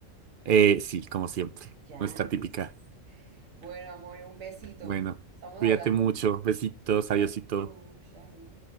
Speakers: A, on the right; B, on the right.
A: Eh, sí, como siempre,
B: Yes.
A: nuestra típica.
B: Bueno, amor, un besito.
A: Bueno,
B: Estamos
A: cuídate
B: hablando.
A: mucho, besitos,
B: Igual
A: adiósito.
B: tú, Shahid.